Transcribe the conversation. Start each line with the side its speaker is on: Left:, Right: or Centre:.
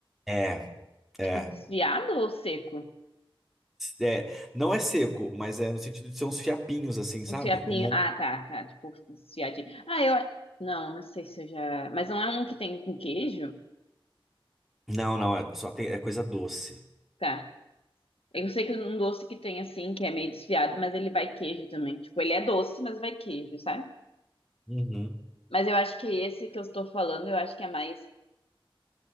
Centre: É, é.
Left: Tipo, desfiado ou seco?
Centre: É, não é seco, mas é no sentido de ser uns fiapinhos assim, sabe?
Left: Um fiapinho.
Centre: Um mon-
Left: Ah, tá, tá. Tipo, um fiadinho. Ah, eu. Não, não sei se eu já. Mas não é um que tem com queijo?
Centre: Não, não, é, só tem, é coisa doce.
Left: Tá. Eu sei que um doce que tem assim, que é meio desfiado, mas ele vai queijo também. Tipo, ele é doce, mas vai queijo, sabe?
Centre: Uhum.
Left: Mas eu acho que esse que eu estou falando, eu acho que é mais,